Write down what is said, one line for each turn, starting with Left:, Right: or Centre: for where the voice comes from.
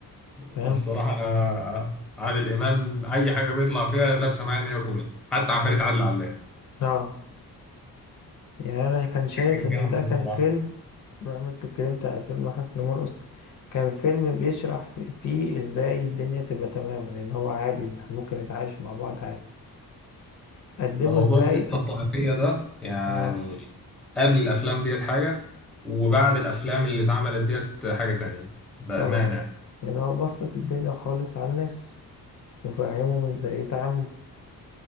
Centre: والصراحة
Left: فاهم
Centre: أنا عادل إمام أي حاجة بيطلع فيها لابسة معايا إن هي كوميدي حتى عفاريت عادل علام
Left: اه يعني انا كان شايف
Centre: كانت
Left: ان
Centre: جامدة
Left: ده
Centre: الصراحة
Left: كان فيلم بما إنك اتكلمت عن فيلم حسن مرقص كان فيلم بيشرح في- فيه ازاي الدنيا تبقى تمام لان هو عادي إن احنا ممكن نتعايش مع بعض عادي قدمه
Centre: ده موضوع
Left: ازاي
Centre: الفتنة الطائفية ده يعني
Left: اه
Centre: قبل الأفلام ديت حاجة وبعد الأفلام اللي اتعملت ديت حاجة تانية بأمانة
Left: طبعا لان هو بسط الدنيا خالص على الناس وفهمهم ازاي يتعاملوا